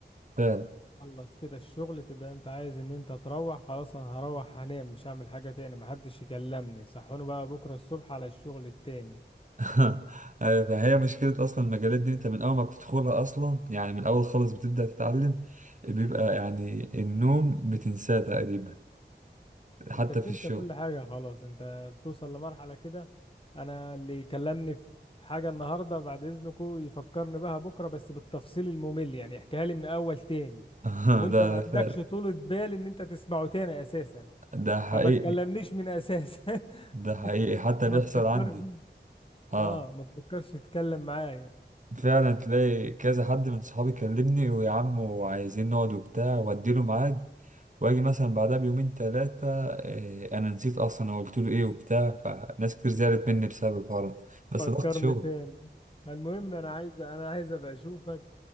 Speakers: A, on the right; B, on the left.
A: فعلا
B: خلص كده الشغل تبقى انت عايز ان انت تروح خلاص انا هروح هنام مش هعمل حاجه تاني محدش يكلمني صحوني بقى بكره الصبح على الشغل التاني
A: <laughs> ايوه فهي مشكلة اصلا المجالات دي انت من اول ما بتدخلها اصلا يعني من اول خالص بتبدأ تتعلم بيبقى يعني النوم بتنساه تقريبا حتى
B: انت بتنسى
A: في الشغل
B: كل حاجة خلاص انت بتوصل لمرحلة كده انا اللي يكلمني في حاجة النهاردة بعد اذنكو يفكرني بها بكرة بس بالتفصيل الممل يعني يحكيها لي من اول تاني
A: <laughs>
B: وانت
A: ده
B: ما عندكش
A: فعلا
B: طولة بال ان انت تسمعه تاني اساسا
A: ده حقيقي
B: فما تكلمنيش من اساس
A: ده حقيقي
B: <laughs>
A: حتى
B: ما
A: بيحصل
B: تفكرش
A: عندي اه
B: اه ما تفكرش تتكلم معايا
A: فعلا تلاقي كذا حد من صحابي كلمني ويا عم وعايزين نقعد وبتاع واديله ميعاد واجي مثلا بعدها بيومين تلاتة إيه انا نسيت اصلا انا قلت له ايه وبتاع فناس كتير زعلت مني بسبب الحوار ده. بس
B: فكرني
A: ضغط شغل
B: تاني المهم انا عايز انا عايز ابقى اشوفك